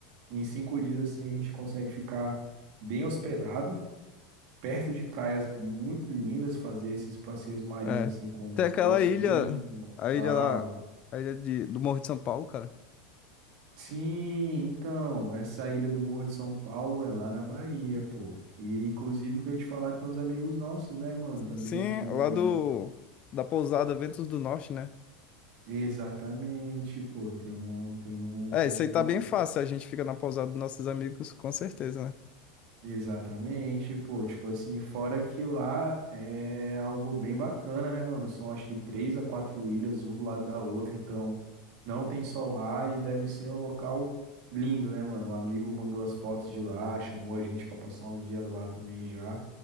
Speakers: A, on the right; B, on the left.
A: Em cinco dias, assim, a gente consegue ficar bem hospedado, perto de praias muito lindas, fazer esses passeios marinhos,
B: É.
A: assim, com,
B: Tem aquela
A: com golfinho
B: ilha,
A: e
B: a
A: tal.
B: ilha lá, a ilha de, do Morro de São Paulo, cara.
A: Sim, então, essa ilha do Morro de São Paulo é lá na Bahia, pô. E, inclusive, que eu ia te falar, tem uns amigos nossos, né, mano, também
B: Sim,
A: que...
B: lá do, da pousada Ventos do Norte, né?
A: Exatamente, pô, tem um, tem uns
B: É, isso
A: amigos
B: aí tá bem fácil, a gente fica na pousada dos nossos amigos, com certeza, né?
A: Exatamente, pô, tipo assim, fora que lá é algo bem bacana, né, mano? São acho que três a quatro ilhas, um do lado da outra, então não tem só lá e deve ser um local lindo, né, mano? O amigo mandou as fotos de lá, chamou a gente pra passar uns dias lá também já.